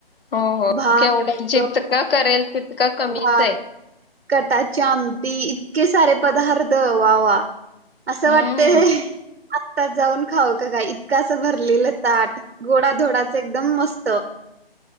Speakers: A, on the left; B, on the right.
A: हो-हो
B: भात
A: केवढं जितक करेल तितक कमीच
B: भात
A: आहे.
B: कटाची आमटी इतके सारे पदार्थ वाह-वाह असं
A: हम्म
B: वाटते हे आत्ताच जाऊन खावा का काय इतक असं भरलेलं ताट गोडाधोडाचं एकदम मस्त